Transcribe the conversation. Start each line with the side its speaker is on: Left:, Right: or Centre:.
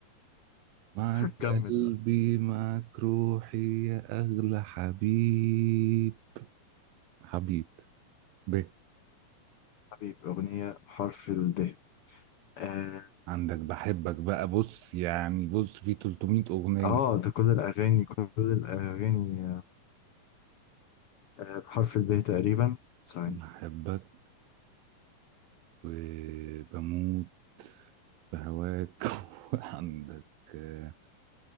Right: معاك
Left: <laughs> كمل
Right: قلبي معاك روحي يا اغلى حبيب حبيب ب
Left: حبيب أغنية بحرف الب آه,
Right: عندك بحبك بقى بص يعني بص في 300 اغنية
Left: آه ده كل الأغاني كل الأغاني آه بحرف الب تقريبا ثواني
Right: بحبك وبموت في هواك <laughs> وعندك آه،